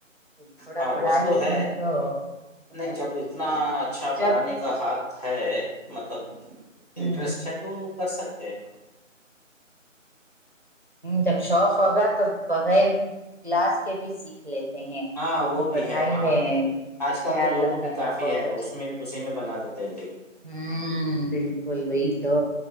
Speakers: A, on the right; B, on the left.
A: تھوڑا
B: ہاں
A: پڑھائی
B: وقت تو ہے
A: کی تو
B: نہیں
A: ہے
B: جب اتنا اچھا بنانے
A: جب
B: کا ہاتھ ہے مطلب
A: ہوں
B: انٹرسٹ ہے تو کر سکتے ہیں
A: جب شوق ہوگا تو بغیر کلاس کے بھی سیکھ لیتے ہیں
B: ہاں
A: ابھی
B: وہ بھی
A: پڑھائی
B: ہے ہاں
A: میں
B: آج کل
A: خیال
B: تو یوٹیوب بھی
A: کرنا
B: کافی
A: بہت
B: ہے اس میں اسی میں بنا دیتا <inaudible>
A: ہوں بالکل وہی تو